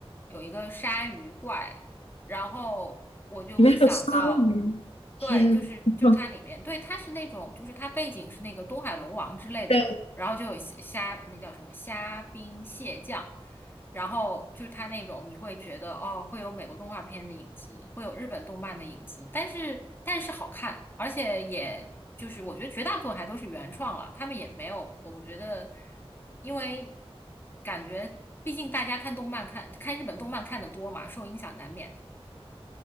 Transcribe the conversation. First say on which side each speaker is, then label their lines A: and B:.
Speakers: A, on the left; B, on the left.
A: 有一个鲨鱼怪。然后我就会想到，
B: 里面还有鲨鱼，
A: 对，
B: 天，
A: 就是就是它里面，
B: <laughs>
A: 对，它是那种，就是它背景是那个东海龙王之类的嘛，
B: 对。
A: 然后就有虾虾，那叫什么虾兵蟹将，然后就是它那种你会觉得哦，会有美国动画片的影子，会有日本动漫的影子，但是但是好看，而且也就是我觉得绝大部分还都是原创了，他们也没有，我觉得因为感觉毕竟大家看动漫看看日本动漫看的多嘛，受影响难免的。